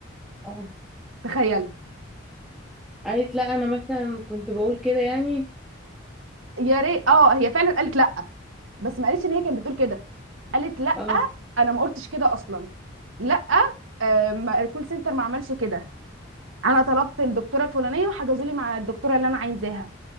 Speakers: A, in the centre; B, on the right.
A: اه
B: تخيلي
A: قالت لا انا مثلا كنت بقول كده يعني
B: يا ريت اه هي فعلا قالت لا بس ما قالتش ان هي كانت بتقول كده قالت لا
A: اه
B: انا ما قلتش كده اصلا لا آه، ما- الكول سنتر ما عملش كده انا طلبت الدكتوره الفلانيه وحجزوا لي مع الدكتوره اللي انا عايزاها